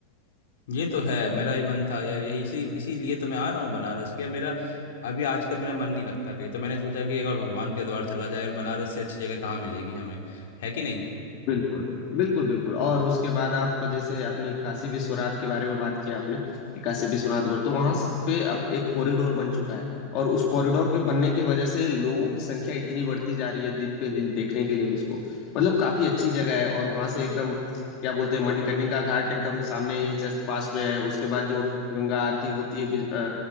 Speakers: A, on the left; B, on the left.
A: ये तो है मेरा भी मन था यार यही इसी इसीलिए तो मैं आ रहा हूँ बनारस के मेरा अभी आजकल मेरा मन नहीं लगता कहीं तो मैंने सोचा कि एक बार भगवान के द्वार चला जाए और बनारस से अच्छी जगह कहाँ मिलेगी हमें है कि नहीं
B: बिल्कुल बिल्कुल बिल्कुल और उसके बाद आप जैसे अपनी काशी विश्वनाथ के बारे में बात किया आपने कि काशी विश्वनाथ बोल तो वहां पे अब एक कॉरिडोर बन चुका है और उस कॉरिडोर के बनने की वजह से लोगों की संख्या इतनी बढ़ती जा रही है दिन पे दिन देखने के लिए उसको मतलब काफी अच्छी जगह है और वहां से एकदम क्या बोलते हैं मणिकर्णिका घाट एकदम सामने ही जस्ट पास में है उसके बाद जो गंगा आरती होती है बि- अ,